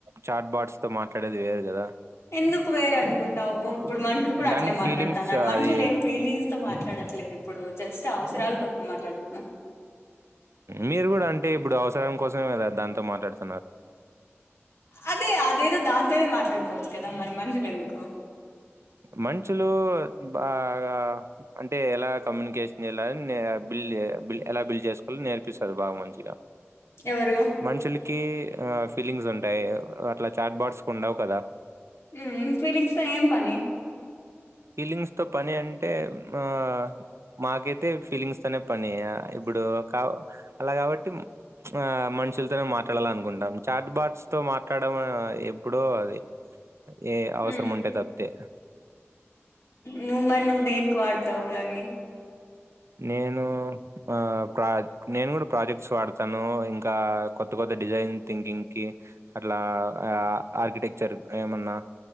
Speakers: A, on the right (about 70°); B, on the left (about 70°).
A: చాట్ బాట్స్ తో మాట్లాడేది వేరు కదా
B: ఎందుకు వేరు అనుకుంటావు ఇప్పుడు మనుషులు కూడా
A: దానికి
B: అట్లే మాట్లాడుతున్నారు
A: ఫీలింగ్స్
B: మనుషులు
A: అది
B: ఏం ఫీలింగ్స్ తో మాట్లాడట్లేదు ఇప్పుడు జస్ట్ అవసరాల కోసం మాట్లాడుతున్నారు
A: మీరు కూడా అంటే ఇప్పుడు అవసరం కోసమే కదా దాంతో మాట్లాడుతా
B: అదే అదేదొ దాన్ తోనే మాట్లాడుకోవచ్చు కదా మరి మన్షులు ఎందుకు
A: మంచులు బాగా అంటే ఎలా కమ్యూనికేషన్ చేయాల అని నే బిల్ ఏ బిల్ ఎలా బిల్ చేసుకోవాలో నేర్పిసది బాగా మంచిగా
B: ఎవరు
A: మనుషులకి ఆ ఫీలింగ్స్ ఉంటాయి అట్లా చాట్ బార్డ్స్ కు ఉండవు కదా
B: ఉమ్ ఫీలింగ్స్ తో ఏం పని
A: ఫీలింగ్స్ తో పని అంటే ఆ మాకైతే ఫీలింగ్స్ తోనే పని ఇప్పుడు కా అలా కాబట్టి ఆ మనుషులతోనే మాట్లాడాల అనుకుంటాం చాట్ బాట్స్ తో మాట్లాడడం ఎప్పుడో అది ఏ అవసరం
B: మ్మ్
A: ఉంటే తప్తే
B: నువ్ మరి నువ్వు దేనికి వాడతావు దాన్ని
A: నేను ఆ ప్ర నేను కూడా ప్రాజెక్ట్స్ వాడతాను ఇంకా కొ కొత్త కొత్త డిజైన్ థింకింగ్ కి అట్లా ఆర్కిటెక్చర్ ఏమన్నా